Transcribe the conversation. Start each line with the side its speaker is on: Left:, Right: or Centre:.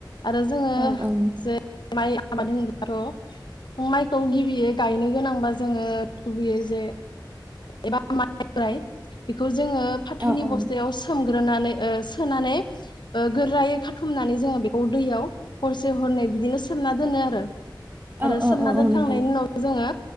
Left: आरो जोङो
Right: औ औ नोंथां
Left: जे माइ आबाद होनब्लााथ माइखौ गिबियै गायनो गोनांबा जोङो गुबैयो जे एबा माइ बेखौ जोङो फाथोनि
Right: औ औ
Left: बस्थायाव
Right: नोंथां
Left: सोमग्रोनानै ओ सोनानै ओ गोरायै खाथुमनानै जोङो बेखौ दैयाव हरसे हरनै बिदिनो सोमना दोनो आरो। आरो
Right: औ औ
Left: सोमना
Right: औ
Left: दोनखांनायनि
Right: औ नोंथां
Left: उनाव जोंङो